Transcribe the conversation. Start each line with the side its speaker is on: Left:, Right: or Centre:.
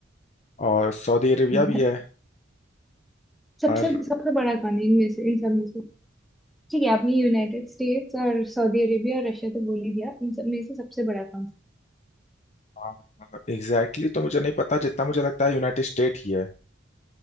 Left: और सऊदी अरेबिया
Centre: <laughs>
Left: भी है
Centre: सबसे
Left: और
Centre: सबसे बड़ा कौन है इनमें से इन सब में से ठीक है आपने यूनाइटेड स्टेट्स और सऊदी अरेबिया और रशिया तो बोल ही दिया इन सब में से सबसे बड़ा कौन
Left: एग्जैक्टली exactly तो मुझे नहीं पता जितना मुझे लगता है यूनाइटेड स्टेट ही है